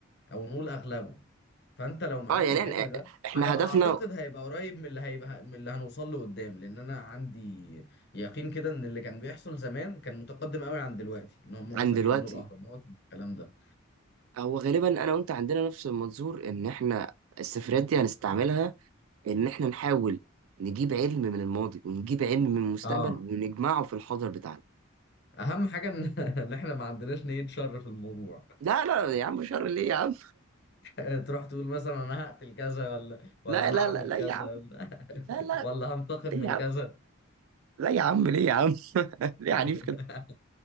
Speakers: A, on the left; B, on the right.
A: او نقول اغلبه فانت لو معاك
B: اه يعني
A: العلم
B: احنا
A: ده
B: احنا
A: على ما
B: هدفنا
A: اعتقد هيبقى قريب من اللي هيبقى من اللي هنوصل له قدام لان انا عندي يقين كده ان اللي كان بيحصل زمان كان متقدم قوي عن دلوقتي ان هم
B: عن
A: مثلا
B: دلوقتي
A: يبنوا الاهرامات والكلام ده
B: هو غالبا انا وانت عندنا نفس المنظور ان احنا السفريات دي هنستعملها ان احنا نحاول نجيب علم من الماضي ونجيب علم من المستقبل
A: اه
B: ونجمعه في الحاضر بتاعنا
A: اهم حاجه ان <laughs> إن احنا ما عندناش نية شر في الموضوع
B: لا لا يا عم شر ليه يا عم
A: <laughs> تروح تقول مثلا انا هقتل كذا ولا ولا
B: لا لا
A: هعمل
B: لا لا
A: كذا
B: يا عم
A: ولا <laughs>
B: لا لا
A: ولا هنتقم
B: ليه
A: من
B: يا عم
A: كذا
B: لا يا عم ليه يا عم <laughs> ليه عنيف
A: <laughs>
B: كده